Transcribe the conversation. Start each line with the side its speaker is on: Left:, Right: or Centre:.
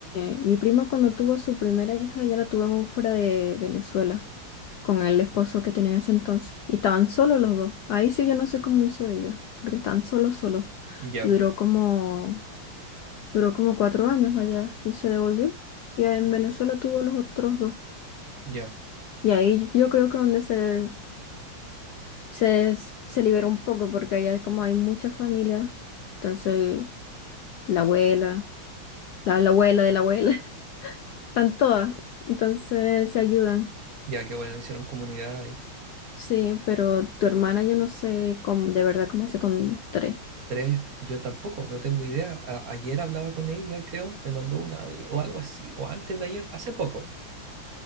Left: eh, mi prima cuando tuvo su primera hija, ella la tuvo en un fuera de Venezuela. con el esposo que tenía en ese entonces. Y estaban solos los dos. Ahí sí yo no sé cómo hizo ella, porque estaban solos, solos.
Right: Ya,
Left: Y duró como, duró como cuatro años allá y se devolvió. Y en Venezuela tuvo los otros dos.
Right: ya,
Left: Y ahí yo creo que donde se, se, se liberó un poco, porque allá como hay mucha familia, entonces el- la abuela, la, la abuela de la abuela, <laughs> están todas. Entonces se ayudan.
Right: ya que bueno, hicieron comunidad ahí.
Left: Sí, pero tu hermana yo no sé cómo, de verdad cómo hace con tres.
Right: Tres, yo tampoco, no tengo idea. A- ayer hablaba con ella, creo, me mandó un audio o algo así, o antes de ayer, hace poco.